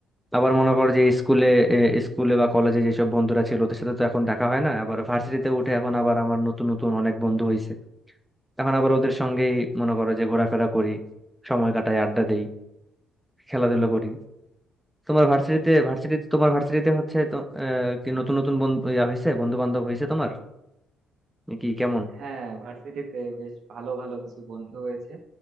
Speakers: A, in the centre; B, on the right (about 65°).
A: আবার মনে কর যে স্কুলে এ, স্কুলে বা কলেজে যেসব বন্ধুরা ছিল ওদের সাথে তো এখন দেখা হয় না আবার ভার্সিটিতে উঠে এখন আবার আমার নতুন নতুন অনেক বন্ধু হয়েছে এখন আবার ওদের সঙ্গেই মনে করো যে ঘোরাফেরা করি সময় কাটাই আড্ডা দেই খেলাধুলা করি তোমার ভার্সিটিতে ভার্সিটি তোমার ভার্সিটিতে হচ্ছে তো আহ, কি নতুন নতুন বন্ধু ইয়া হয়েছে বন্ধু বান্ধব হয়েছে তোমার কি কেমন
B: হ্যাঁ ভার্সিটিতে বেশ ভালো ভালো কিছু বন্ধু হয়েছে